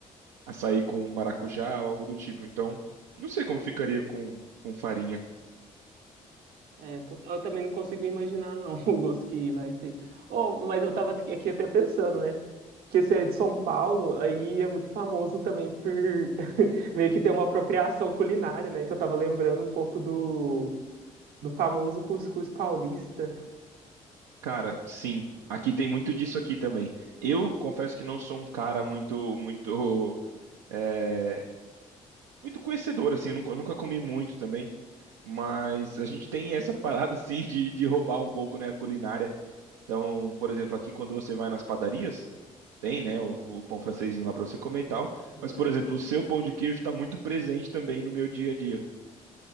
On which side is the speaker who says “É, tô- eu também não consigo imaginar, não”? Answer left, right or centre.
Right